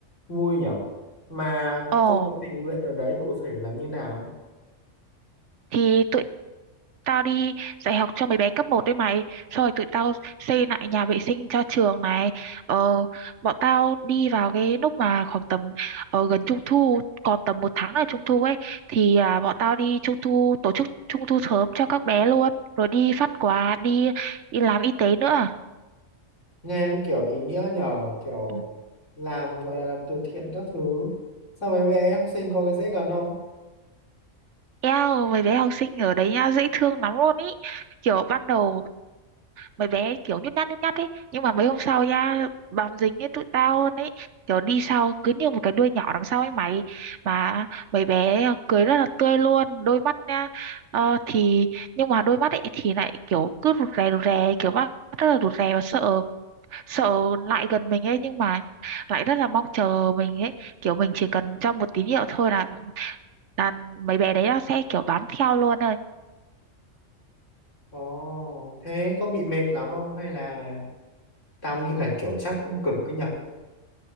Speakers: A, on the left; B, on the right.
A: vui nhở. Mà
B: Ồ.
A: công việc tình nguyện ở đấy cụ thể là như nào?
B: thì tụi tao đi dạy học cho mấy bé cấp một đấy mày xong rồi tụi tao xây lại nhà vệ sinh cho trường này ờ, bọn tao đi vào cái lúc mà khoảng tầm ờ, gần trung thu còn tầm một tháng là trung thu ấy thì à, bọn tao đi trung thu tổ chức trung thu sớm cho các bé luôn rồi đi phát quà đi đi làm y tế nữa
A: nghe nó kiểu ý nghĩa nhờ kiểu
B: Ừ.
A: làm gọi là làm từ thiện các thứ sao mấy bé học sinh có cái dễ gần không
B: Eo, mấy bé học sinh ở đấy nha dễ thương lắm luôn ý kiểu ban đầu mấy bé kiểu nhút nhát nhút nhát ấy nhưng mà mấy hôm sau nha bám dính ấy tụi tao luôn ấy kiểu đi sau cứ như một cái đuôi nhỏ đằng sau ấy mày mà mấy bé cười rất là tươi luôn đôi mắt nha ờ, thì nhưng mà đôi mắt ấy thì lại kiểu cứ rụt rè rụt rè kiểu mắt rất là rụt rè và sợ sợ lại gần mình ấy nhưng mà lại rất là mong chờ mình ấy kiểu mình chỉ cần cho một tín hiệu thôi là là mấy bé đấy nó sẽ kiểu bám theo luôn thôi.
A: ồ thế có bị mệt lắm không hay là tao nghĩ là kiểu chắc cũng cực cái nhở